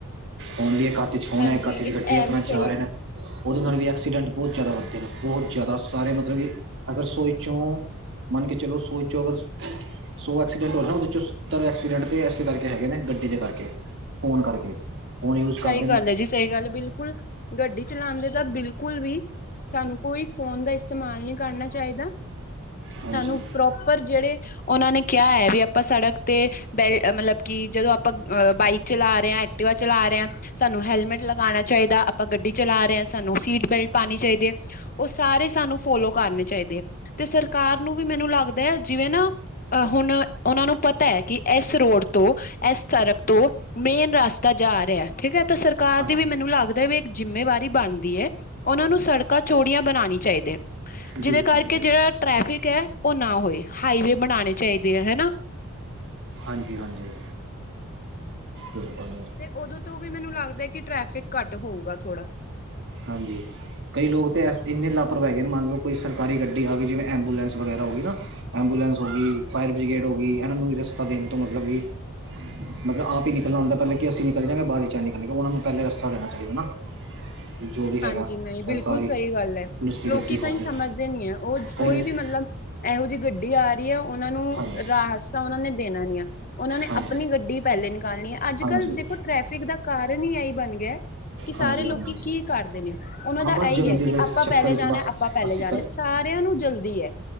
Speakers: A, on the right; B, on the left.
A: ਹੁਣ ਵੀ ਇਕ ਹੱਥ ਫੋਨ
B: ਹਾਂਜੀ
A: ਏ, ਇਕ ਹੱਥ
B: ਇੱਕ
A: ਵਿਚ ਗੱਡੀ
B: ਇਹ
A: ਆਪਣਾ
B: ਵੀ ਸਹੀ
A: ਜਾ ਰਹੇ ਨੇ। ਉਹਦੇ ਨਾਲ ਵੀ ਐਕਸੀਡੈਂਟ ਬਹੁਤ ਜ਼ਿਆਦਾ ਵੱਧਦੇ ਨੇ, ਬਹੁਤ ਜ਼ਿਆਦਾ। ਸਾਰੇ ਮਤਲਬ ਕਿ ਅਗਰ ਸੋ ਵਿਚੋਂ ਮੰਨਕੇ ਚਲੋ, ਸੋ ਵਿੱਚੋ ਅਗਰ ਸੌ ਐਕਸੀਡੈਂਟ ਹੋ ਨਾ, ਉਹਦੇ'ਚੋਂ ਸੱਤਰ ਐਕਸੀਡੈਂਟ ਤੇ ਐਸੇ ਕਰਕੇ ਹੈਗੇ ਨੇ, ਗੱਡੀ ਦੇ ਕਰਕੇ। ਫੋਨ ਕਰਕੇ, ਫੋਨ ਯੂਜ
B: ਸਹੀ
A: ਕਰਦੇ ਨਾ
B: ਗੱਲ ਹੈ ਜੀ ਸਹੀ ਗੱਲ, ਬਿਲਕੁਲ। ਗੱਡੀ ਚਲਾਂਦੇ ਤਾਂ ਬਿਲਕੁਲ਼ ਵੀ, ਸਾਨੂੰ ਕੋਈ ਫ਼ੋਨ ਦਾ ਇਸਤੇਮਾਲ ਨਹੀਂ ਕਰਨਾਂ ਚਾਹੀਂਦਾ।
A: ਹਾਂਜੀ
B: ਸਾਨੂੰ ਪ੍ਰੌਪਰ ਜਿਹ੍ੜੇ ਉਹਨਾਂ ਨੇ ਕਿਹਾਂ ਹੈ ਵੀ, ਆਪਾ ਸੜਕ ਤੇ ਬੈਲ ਮਤਲਬ ਕਿ, ਜਦੋਂ ਆਪਾਂ ਬਾਈਕ ਚਲਾ ਰਹੇਂ ਹਾਂ, ਐਕਟੀਵਾ ਚਲਾ ਰਹੇਂ ਸਾਨੂੰ ਹੈਲਮੇਟ ਲਗਾਣਾ ਚਾਹੀਂਦਾ, ਆਪਾਂ ਗੱਡੀ ਚਲਾ ਰਹੇ ਹਾਂ ਸਾਨੂੰ ਸੀਟ-ਬੈਲਟ ਪਾਣੀ ਚਾਹੀਦੀ ਉਹ ਸਾਰੇ ਸਾਨੂੰ ਫੋਲੋ ਕਰਨੇਂ ਚਾਹੀਦੇ, ਤੇ ਸਰਕਾਰ ਨੂੰ ਵੀ ਮੈਂਨੂੰ ਲੱਗਦਾ ਜਿਵੇਂ ਨਾ ਅਹ, ਹੁਣ ਉਹਨਾਂ ਨੂੰ ਪਤਾ ਹੈ ਕਿ, ਇਸ ਰੋਡ ਤੋਂ, ਇਸ ਸੜਕ ਤੋਂ, ਮੇਨ ਰਸਤਾ ਜਾ ਰਿਹਾ, ਠੀਕ ਹੈਂ ਤਾਂ ਸਰਕਾਰ
A: ਹਾਂਜੀ
B: ਦੀ ਵੀ ਮੈਨੂੰ ਲੱਗਦਾ ਵੀ, ਇੱਕ ਜਿੰਮੇਵਾਰੀ ਬਣਦੀ ਏ ਉਹਨਾਂ ਨੂੰ ਸੜਕਾਂ ਚੋੜੀਆਂ ਬਣਾਣੀ ਚਾਹੀਦੇ, ਜਿਹਦੇ
A: ਬਿਲਕੁਲ
B: ਕਰਕੇ
A: ਜੀ ਬਿਲਕੁਲ
B: ਜਿਹੜਾ ਟ੍ਰੈਫਿਕ ਹੈ ਉਹ ਨਾ ਹੋਏ, ਹਾਈਵੇ ਬਣਾਣੇ ਚਾਹੀਦੇ ਆ, ਹੈਨਾ।
A: ਹਾਂਜੀ-ਹਾਂਜੀ, ਬਿਲਕੁਲ।
B: ਤੇ ਓਦੋਂ ਤੋਂ ਵੀ ਮੈਨੂੰ ਲੱਗਦਾ ਕਿ, ਟ੍ਰੈਫਿਕ ਘੱਟ ਹੋਊਗਾ ਥੋੜਾ।
A: ਹਾਂਜੀ। ਕਈ ਲੋਕ ਤਾਂ ਐ ਇੰਨੇ ਲਾਪਰਵਾਹ ਹੈਗੇ ਨੇ, ਮੰਨ ਲਓ ਕੋਈ ਸਰਕਾਰੀ ਗੱਡੀ ਆ ਗਈਂ, ਜਿਂਵੇ ਐਂਬੂਲੈਂਸ ਵਗੈਰਾ ਹੋ ਗਈਂ ਨਾ ਐਬੂਲੈਂਸ ਹੋਗੀ, ਫਾਇਰ ਬ੍ਰਿਗੇਡ ਹੋਗੀ, ਇਹਨਾਂ ਨੂੰ ਵੀ ਰਸਤਾਂ ਦੇਣ ਤੋਂ ਮਤਲਬ ਕਿ ਮਤਲਬ ਆਪ ਹੀ ਨਿਕਲਣਾ ਹੁੰਦਾ, ਪਹਿਲਾਂ ਕਿ ਅਸੀਂ ਨਿਕਲ ਜਾਂਗੇ, ਬਾਅਦ'ਚ ਆ ਨਿੱਕਲੇਗਾ, ਉਹਨਾ ਨੂੰ ਪਹਿਲੇ ਰਸਤਾ ਦੇਣਾਂ ਚਾਹੀਂਦਾ ਨਾ। <inaudible> ਵੀ ਹੈਗਾ
B: ਹਾਂਜੀ, ਨਹੀਂ। ਬਿਲਕੁਲ
A: ਸਰਕਾਰੀ
B: ਸਹੀ ਗੱਲ ਹੈ,
A: ਪੁਲਿਸ ਦੀ
B: ਲੋਕੀ
A: ਗੱਡੀ ਹੋ
B: ਕਹੀ
A: ਗਈ
B: ਸਮਝਦੇ ਨਹੀਂ ਆ, ਉਹ
A: ਕਈ
B: ਕੋਈ
A: ਮਿਸ
B: ਵੀ ਮਤਲਬ ਇਹੋ ਜਿਹੀ ਗੱਡੀ ਆ ਰਹੀ ਹੈ, ਉਹਨਾਂ ਨੂੰ,
A: ਹਾਂਜੀ
B: ਰਾਸਤਾ ਉਹਨਾਂ ਨੇ ਦੇਣਾ ਨਹੀ ਆ, ਉਹਨਾਂ ਨੇ
A: ਹਾਂਜੀ
B: ਆਪਣੀ ਗੱਡੀ ਪਹਿਲੇ ਨਿਕਾਲਣੀ ਐ, ਅੱਜ-ਕੱਲ
A: ਹਾਂਜੀ
B: ਦੇਖੋ ਟ੍ਰੈਫਿਕ ਦਾ ਕਾਰਨ ਹੀ ਐਹੀ ਬਣ ਗਿਆ, ਕਿ ਸਾਰੇ
A: ਹਾਂਜੀ
B: ਲੋਕੀ
A: ਹਾਂਜੀ
B: ਕੀ ਕਰਦੇ ਨੇ, ਉਹਨਾਂ
A: ਹਾਂ
B: ਦਾ
A: ਬਸ
B: ਐਹੀ
A: ਜਲਦੀ
B: ਹੈ, ਕਿ
A: ਦੇ
B: ਆਪਾਂ
A: ਚੱਕਰ
B: ਪਹਿਲੇ
A: ਵਿੱਚ
B: ਜਾਣਾ,
A: ਬਸ
B: ਆਪਾਂ ਪਹਿਲੇ
A: ਅਸੀਂ
B: ਜਾਣਾ, ਸਾਰਿਆਂ ਨੂੰ ਜਲਦੀ ਐ।